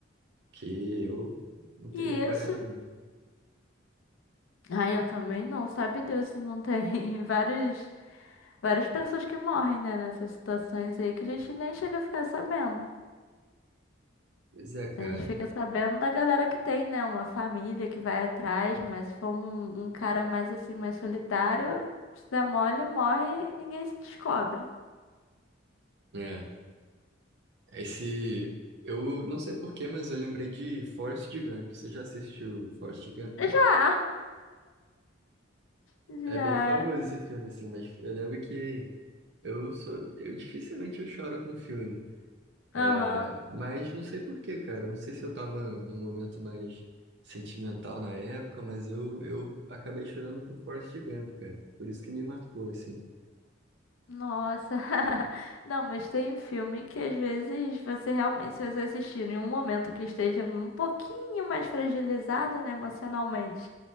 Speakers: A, on the right; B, on the left.
A: que eu não teria
B: E
A: coragem,
B: isso.
A: não.
B: Ah, eu também não, sabe Deus, não tem <laughs> vários, várias pessoas que morrem, né, nessas situações aí que a gente nem chega a ficar sabendo.
A: Pois é, cara.
B: A gente fica sabendo da galera que tem, né? Uma família que vai atrás, mas se for um, um cara mais assim, mais solitário, se der mole, morre e ninguém se descobre.
A: É, esse... Eu não sei porquê, mas eu lembrei de Forrest Gump. Você já assistiu Forrest Gump?
B: Já! <laughs>
A: É
B: Já.
A: bem famoso esse filme, assim, mas eu lembro que eu sou... Eu dificilmente eu choro com filme. É,
B: Aham.
A: mas não sei por quê, cara. Não sei se eu tava num momento mais sentimental na época, mas eu, eu acabei chorando com Forrest Gump, cara. Por isso que me marcou, assim.
B: Nossa. <laughs> Não, mas tem filme que às vezes você realmente, se você assistir em um momento que esteja um pouquinho mais fragilizado, né, emocionalmente.